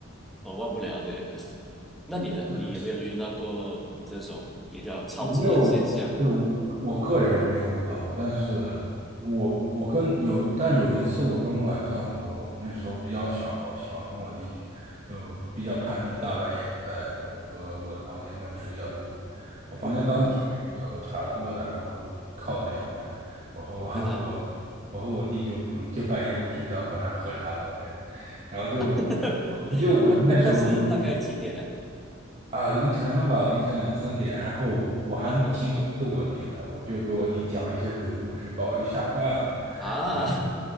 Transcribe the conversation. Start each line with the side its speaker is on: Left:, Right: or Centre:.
Centre: 我忘不了这个。<laughs> 那你呢？
Right: <laughs> 对。
Centre: 你有没有遇到过这种比较超自然现象的？
Right: 我没有，对，我我个人没有遇到过，但是我我跟有，但有一次我跟晚上我那时候比较小嘛，我喜欢跟我弟去就比较叛逆，
Centre: 嗯
Right: 大半夜就在呃我的房间没有睡觉，就我房间当时有一个茶桌的，
Centre: 嗯嗯
Right: 然后靠着阳台，我和我 <laughs>
Centre: 嗯啊，
Right: 我我和我弟就就半夜不睡觉搁那儿喝茶聊天，然后就
Centre: <laughs>
Right: 我就我那时候我就
Centre: 不不，那时大概几点呢、
Right: 啊，凌晨了吧，凌晨两三点，然后我还挺喜欢逗我弟的，
Centre: <laughs> 啊？
Right: 我就给我弟讲一些鬼故事，把我弟吓坏了。
Centre: 啊啊
Right: 然后，